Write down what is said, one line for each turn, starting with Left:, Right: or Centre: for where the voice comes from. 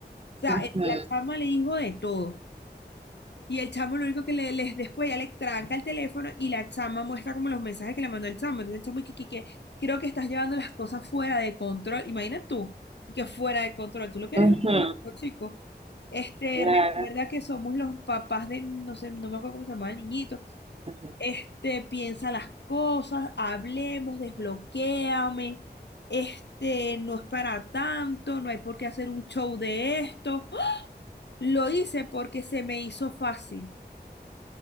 Left: O sea,
Right: Ujú,
Left: eh, la chama le dijo de todo. Y el chamo lo único que le, les después ya le tranca el teléfono y la chama muestra como los mensajes que le mandó el chamo. Entonces el chamo y que, que, que, creo que estás llevando las cosas fuera de control. Imagina tú, y que fuera de control. Tú lo que
Right: ujú,
Left: eres es un loco, chico. Este,
Right: claro.
Left: recuerda que somos los papás de, no sé, no me acuerdo cómo se llama el niñito.
Right: ujú.
Left: Este, piensa las cosas, hablemos, desbloquéame. Este, no es para tanto, no hay por qué hacer un show de esto. ¡Oh! Lo hice porque se me hizo fácil.